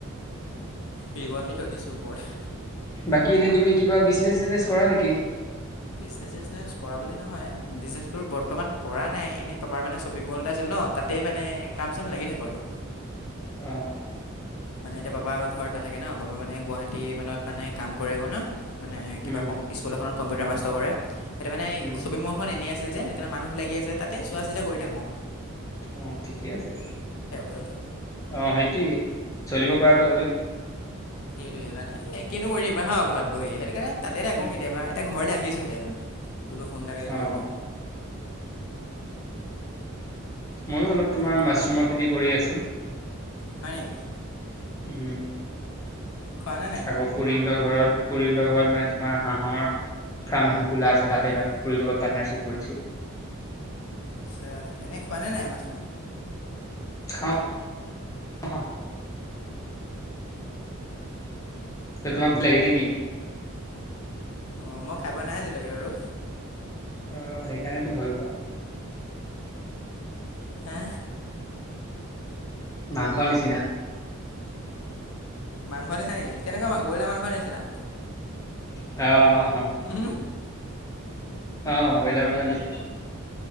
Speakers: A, on the left; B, on the left.
A: ৰিবন দি থৈ দিছো ওপৰত।
B: বাকী এনেই তুমি কিবা বিজনেচ চিজনেছ কৰা নেকি?
A: বিজনেচ চিজনেছ কৰা বুলি নহয় বিজনেছ বোৰ বৰ্তমান কৰা নাই এনে পাপাৰ মানে শ্বপিং মল এটা আছিল। ন তাতেই মানে কাম চাম লাগি থাকো আৰু
B: অঁ অঁ
A: মানে এতিয়া বাবা ঘৰত নাথাকে ন বাবা মানে গুৱাহাটী মানত মানে কাম কৰেগৈ না মানে
B: উম
A: কিবা স্কুলত এখনত কম্পিউটাৰ মাষ্টৰ কৰে সেইটো মানে
B: উম
A: শ্বপিং মল খন এনেই আছে। যে সেইকাৰণে মানুহ লাগি আছে তাতে চোৱা চিতা কৰি থাকো অ।
B: অ ঠিকেই আছে
A: ভালকৈ
B: অ সেইটোৱে। চলিব পৰাটো হ'লেই হ'ল।
A: সেইটোৱে মানে কিনো কৰি থাকিবা ন ঘৰত বহি সেইটো কাৰণে তাতে থাকো
B: উম
A: কেতিয়াবা
B: উম
A: এতিয়া ঘৰলৈ আহিছো। হে মানে বোলো ফোনটাকে কৰি
B: অ
A: লওঁ।
B: মইয়ো অলপ তোমাৰ
A: যি গৰম
B: মাছৰুমৰ খেতি কৰি আছো।
A: হয় নেকি?
B: উম
A: খোৱানে নাই
B: আকৌ খৰিন্দৰ ঘৰত খৰিন্দৰ ঘৰত মানে তোমাৰ হাঁহৰ ফাৰ্ম এখন। খোলা আছে তাতে
A: উম,
B: খুৰীৰ লগত পাৰ্টনাৰশ্বিপ কৰিছো।
A: আচ্ছা এনে খোৱা নে নাই মাছৰুম।
B: খাওঁ। ত তোমাক ভুল লাগে নেকি?
A: অঁ মই খাই পোৱা নাই আজিলৈকে আৰু
B: আহ সেইকাৰণেতো ভয় খোৱা।
A: হা
B: মাংসৰ নিচিনা।
A: মাংস নিচনা নেকি কেনেকুৱা মাংস ব্ৰইলাৰ মাংসৰ নিচিনা।
B: অহ
A: উম
B: অ ব্ৰইলাৰ মাংস নিছিলে